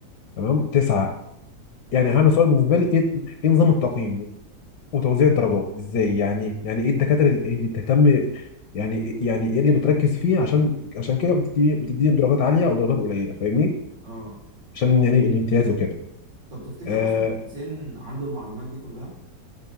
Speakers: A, on the left (about 70°); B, on the right (about 80°).
A: تمام تسعة يعني اهم سؤال بالنسبة لي ايه ايه نظام التقييم وتوزيع الدرجات ازاي يعني يعني ايه الدكاتره اللي اللي بتهتم يعني يعني ايه اللي بتركز فيه عشان عشان كده بتدي بتديهم درجات عاليه او درجات قليله فاهمني
B: اه
A: عشان يعني الامتياز وكده
B: طب تفتكر
A: آه
B: اصلا حسين عنده المعلومات دي كلها